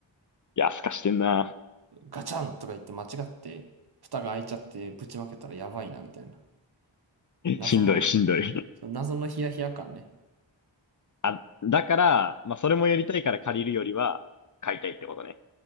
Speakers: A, on the left (about 40°); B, on the right (about 55°).
A: や、すかしてんな。
B: ガチャンとか言って間違って、蓋が開いちゃってぶちまけたらやばいな、みたいな。謎の、
A: しんどい、しんどい。
B: その謎のヒヤヒヤ感ね。
A: <laughs> だから、まあ、それもやりたいから借りるよりは、買いたいってことね。